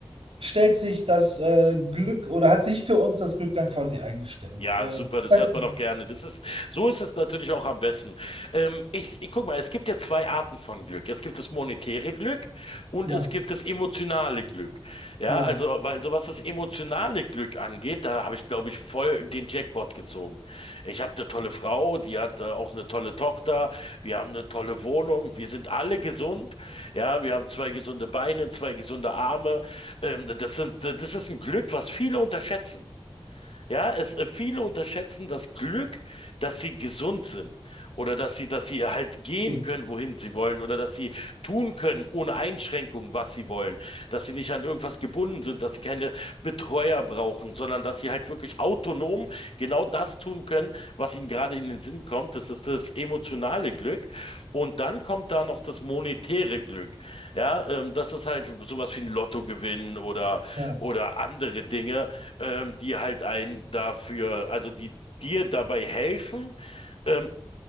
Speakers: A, on the right; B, on the left.
A: stellt sich das äh, Glück oder hat sich für uns das Glück dann quasi eingestellt.
B: Ja,
A: Äh,
B: super, das
A: weiß
B: hört man
A: nicht.
B: doch gerne. Das ist, so ist es natürlich auch am besten. Ähm, ich, ich guck mal, es gibt ja zwei Arten von Glück. Es gibt das monetäre Glück und
A: ja,
B: es gibt das emotionale Glück. Ja,
A: ja,
B: also, weil so was das emotionale Glück angeht, da habe ich, glaube ich, voll den Jackpot gezogen. Ich habe eine tolle Frau, die hat äh, auch eine tolle Tochter, wir haben eine tolle Wohnung, wir sind alle gesund. Ja, wir haben zwei gesunde Beine, zwei gesunde Arme. Ähm, das sind, das ist ein Glück, was viele unterschätzen. Ja, es, äh, viele unterschätzen das Glück, dass sie gesund sind oder dass sie, dass sie halt gehen
A: Ding.
B: können, wohin sie wollen oder dass sie tun können, ohne Einschränkung, was sie wollen, dass sie nicht an irgendwas gebunden sind, dass sie keine Betreuer brauchen, sondern dass sie halt wirklich autonom genau das tun können, was ihnen gerade in den Sinn kommt. Das ist das emotionale Glück. Und dann kommt da noch das monetäre Glück. Ja, ähm, das ist halt sowas wie ein Lottogewinn oder,
A: ja,
B: oder andere Dinge ähm, die halt einen dafür, also die dir dabei helfen, ähm,